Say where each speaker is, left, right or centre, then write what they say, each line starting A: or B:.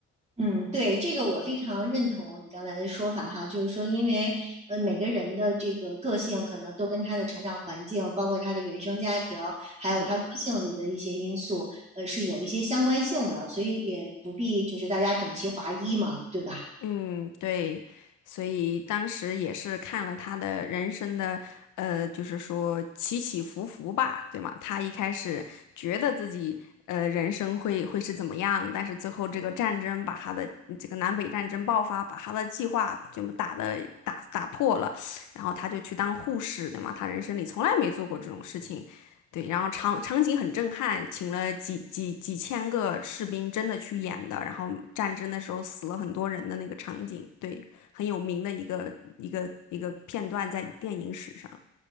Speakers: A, on the right; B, on the left.
A: 嗯，对，这个我非常认同你刚才的说法哈，就是说，因为呃每个人的这个个性可能都跟他的成长环境，包括他的原生家庭，还有他个性里的一些因素，
B: 嗯。
A: 呃是有一些相关性的，所以也不必就是大家整齐划一嘛，对吧？
B: 嗯，对，所以当时也是看了他的人生的，呃，就是说起起伏伏吧，对吗？他一开始觉得自己呃人生会会是怎么样，但是最后这个战争把他的这个南北战争爆发，把他的计划就打的打打破了，然后他就去当护士，对吗？他人生里从来没做过这种事情。对，然后场场景很震撼，请了几几几千个士兵真的去演的，然后战争的时候死了很多人的那个场景，对，很有名的一个一个一个片段在电影史上。